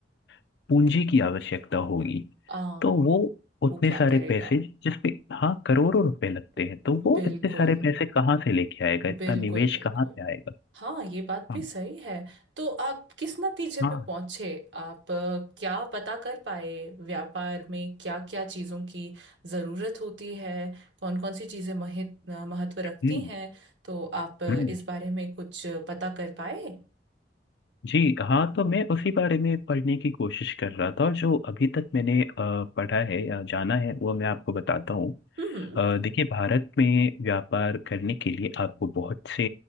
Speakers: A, on the left; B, on the right.
A: पूंजी की आवश्यकता होगी
B: आ,
A: तो वो उतने
B: वो क्या
A: सारे
B: करेगा
A: पैसे जिसपे हाँ करोड़ों रुपए लगते
B: बि-
A: हैं तो वो
B: बिल्कुल
A: इतने सारे पैसे कहाँ से लेके आएगा
B: बिल्कुल
A: इतना निवेश
B: बिल्कुल
A: कहाँ से आएगा
B: हाँ ये बात भी
A: हाँ
B: सही है तो आप किस नतीजे
A: हाँ
B: पे पहुंचे आप अ, क्या पता कर पाए व्यापार में क्या क्या चीजों की जरूरत होती है कौन कौन सी चीजें महत, अ, महत्व
A: हम्म
B: रखती हैं तो आप अ,
A: हम्म
B: इस बारे में कुछ पता कर पाए
A: जी हाँ तो मैं उसी बारे में पढ़ने की कोशिश कर रहा था और जो अभी तक मैंने अ, पढ़ा है या जाना है वो मैं आपको बताता हूँ
B: हम्म
A: अ, देखिए भारत में व्यापार करने के लिए आपको बहुत से